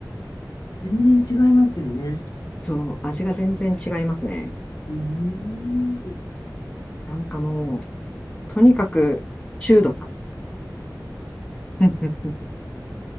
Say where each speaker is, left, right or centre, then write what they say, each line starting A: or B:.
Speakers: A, on the left (about 65°); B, on the left (about 15°).
A: 全然違いますよね。
B: そう、味が全然違いますね。
A: うーん、
B: なんかもう、とにかく中毒。<laughs>